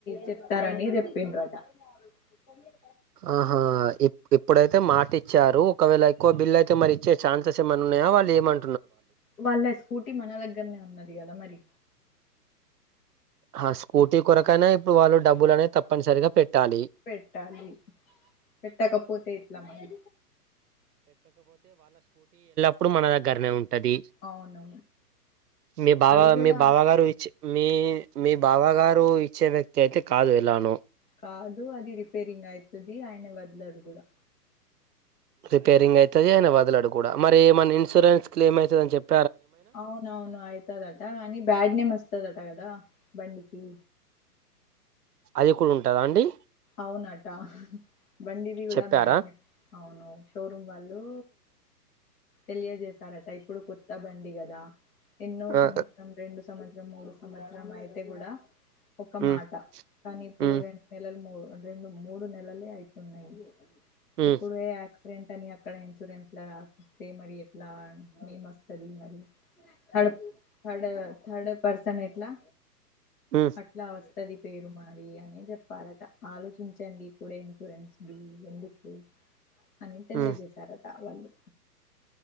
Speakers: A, on the left (about 60°); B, on the right (about 70°).
A: చెప్తారని చెప్పిండ్రట సర్లే
B: ఆహా ఇప్ ఇప్పుడైతే మాటి ఇచ్చారు ఒకవేళ ఎక్కువ బిల్ అయితే మరి ఇచ్చే ఛాన్సెస్ ఏమన్నాయా వాళ్ళు ఏమం
A: వాళ్ళ స్కూటీ మన దగ్గరనే ఉన్నది కదా మరి
B: ఆ స్కూటీ కొరకైనా ఇప్పుడు వాలు డబ్బులు అనేది తప్పనిసరిగా పెట్టాలి
A: పెట్టాలి పెట్టకపోతే ఎట్ల మరి
B: ఇప్పుడు మన దగ్గరనే ఉంటది
A: అవును
B: మీ బావ
A: అది కూడా
B: మీ బావ గారు ఇచే మీ మీ బావ గారు ఇచ్చే వ్యక్తి అయితే కాదు ఎలానో
A: కాదు అది రిపేరింగ్ అయితది ఆయన వదలడు కూడా
B: రిపేరింగ్ అయితది ఆయన వదలడు కూడా మరి ఎమన ఇన్సూరెన్స్ క్లెయిమ్ అయితదని చెప్
A: అవునవును అవుతదట కానీ బ్యాడ్ నేమ్ వస్తదట కదా బండికి
B: అది కూడా ఉంటదా అండి
A: అవునట బండిది కూడా
B: చెప్పారా
A: బ్యాడ్ నేమ్ అవునవును షోరూమ్ వాళ్ళు తెలియజేశారట ఇప్పుడు కొత్త బండి కదా ఎన్నో
B: ఆ
A: సంవత్సరం రెండు సంవత్సరం మూడు సంవత్సరం అయితే కూడా ఒక
B: ఉమ్
A: మాట కానీ ఇప్పుడు
B: ఉమ్
A: రెండు నెలలు మూడు రెండు మూడు నెలలే అవుతున్నాయి
B: ఉమ్
A: ఇప్పుడు యాక్సిడెంట్ అని అక్కడ ఇన్సూరెన్స్లా రాసిస్తే మరి ఎట్లా ఏమ్ వస్తది మరి థర్డ్ థర్డ్ డ్ థర్డ్ పర్సన్ ఎట్లా
B: ఉమ్
A: అట్లా వస్తది పేరు మనది అని చెప్పారట ఆలోచించండి ఇప్పుడు ఇన్సూరెన్స్ ది ఎందుకు అని తెలియజేశారట
B: ఉమ్
A: వాళ్ళు